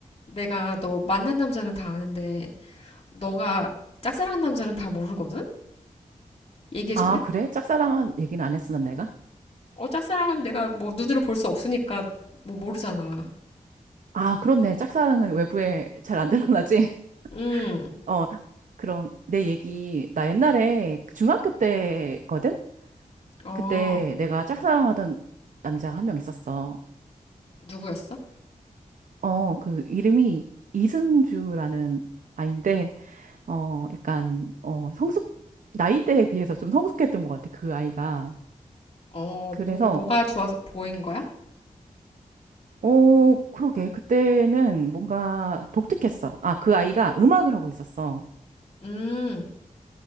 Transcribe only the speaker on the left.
내가 너 만난 남자는 다 아는데 너가 짝사랑한 남자는 다 모르거든? 얘기해 줄래?
어, 짝사랑은 내가 뭐 눈으로 볼 수 없으니까 뭐 모르잖아.
음,
어,
누구였어?
어,
뭐 뭐가 좋아서 보인 거야?
음,